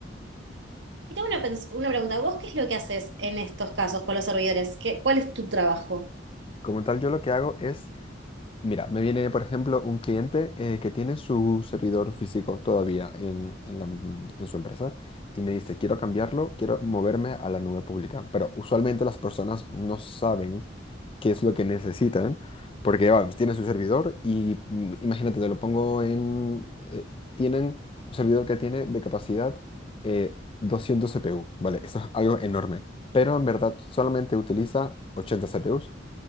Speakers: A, on the right (about 75°); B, on the left (about 30°).
A: Y tengo una, pens- una pregunta. ¿Vos qué es lo que haces en estos casos con los servidores? ¿Qué, cuál es tu trabajo?
B: Como tal, yo lo que hago es Mira, me viene, por ejemplo, un cliente eh, que tiene su servidor físico todavía en, en la- mm, en su empresa y me dice, quiero cambiarlo, quiero moverme a la nube pública. Pero usualmente las personas no saben qué es lo que necesitan, porque, vamos, tiene su servidor y mm, imagínate, te lo pongo en... eh, tienen un servidor que tiene de capacidad eh, 200 CPU, ¿vale? Eso es algo enorme, pero en verdad solamente utiliza 80 CPUs.